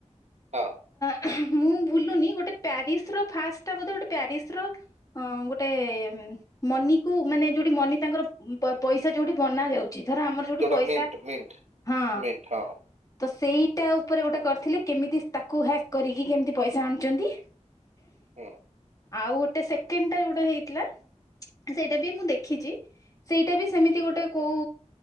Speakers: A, on the right; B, on the left.
A: ହଁ।
B: ମୁଁ ଭୁଲୁନି ଗୋଟେ ପ୍ୱା ପ୍ୟାରିସ ର ଫାଷ୍ଟ ଟା ବୋଧେ ଗୋଟେ ପ୍ୟାରିସ ର ଅଁ ଗୋଟେ ମନିକୁ ମାନେ ଯୋଉଠି କି ମନି ତାଙ୍କର ପ ପଇସା ଯୋଉଠି ବନା ଯାଉ ଧର ଆମର ଯୋଉଠି
A: ଯୋଉଟା
B: ପଇସା
A: ମିଣ୍ଟ ମିଣ୍ଟ
B: ହଁ
A: ମିଣ୍ଟ ହଁ
B: ତ ସ ସେଇଟା ଉପରେ ଗୋଟେ କରିଥିଲେ କେମିତି ତାକୁ ହ୍ୟାକ୍ କରିକି କେମିତି ପଇସା ଆଣଚନ୍ତି।
A: ହୁଁ।
B: ଆଉ ଗୋଟେ ସେକେଣ୍ଡ ଟା ଯୋଉଟା ହେଇଥିଲା ସେଇଟା ବି ମୁଁ ଦେଖିଚି। ସେଇଟା ବି ସେମିତି ଗୋଟେ କୋଉ